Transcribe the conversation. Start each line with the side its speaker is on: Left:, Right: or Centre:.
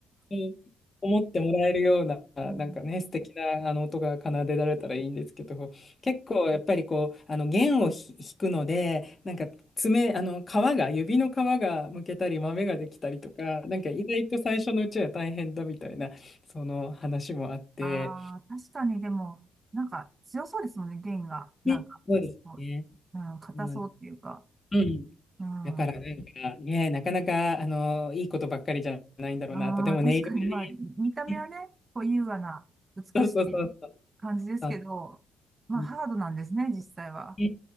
Left: そう思ってもらえるような、
Right: うん
Left: なんかね、素敵なあの音が奏でられたらいいんですけど、結構やっぱりこう、あの弦をひ弾くので、なんか爪、あの皮が、指の皮がむけたり、豆ができたりとか、なんか意外と最初のうちは大変だみたいな、その話もあって、
Right: <laughs> ああ、確かにでも、なんか強そうですもんね、弦が。なんか、
Left: ね、そうですね。
Right: こう、うん、硬そうっていうか。
Left: うん、うん
Right: うん。
Left: だからなんかね、なかなか、あの、いいことばっかりじゃないんだろうなと。
Right: ああ、
Left: でもネイル
Right: 確かに、まあ、見た目はね、
Left: ね、
Right: こう、優雅な、美しい
Left: そうそうそうそう。
Right: 感じですけど、
Left: そう
Right: まあ、
Left: うん
Right: ハードなんですね、実際は。
Left: ね